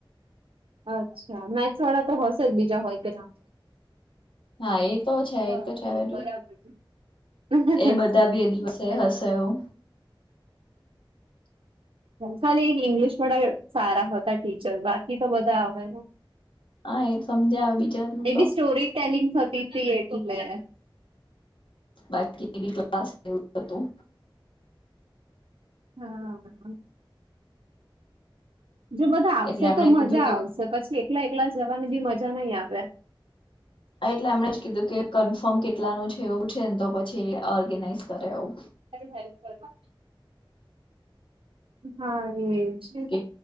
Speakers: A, on the right; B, on the left.
A: અચ્છા મેથ્સ વાળા તો હશે જ બીજા હોય કે ના હોય.
B: હા એ તો છે
A: હા
B: એ તો છે
A: બે
B: હજુ
A: બરાબર છે. <inaudible>
B: એ બધા બી એ દિવસે
A: બરાબર
B: હશે એવું
A: ખાલી એક ઇંગ્લિશ વાડા સારા હતા ટીચર બાકી તો બધા હવે
B: હા એ સમજાવે બીજાનું તો
A: બી સ્ટોરી ટેલિંગ થતી તી એટલે
B: બાકી ક્લાસ ને એવું હતું.
A: હા. જો બધા આવશે
B: એટલે એમણે
A: તો મજા
B: કીધું કે
A: આવશે પછી એકલા એકલા જવાની બી મજા નહી, આવે.
B: એટલે એમણે જ કીધું કે કન્ફર્મ કેટલાનું છે, એવું છેને તો પછી ઓર્ગેનાઈઝ કરે એવુ.
A: એ હેલ્પ કર હા એ જ
B: કે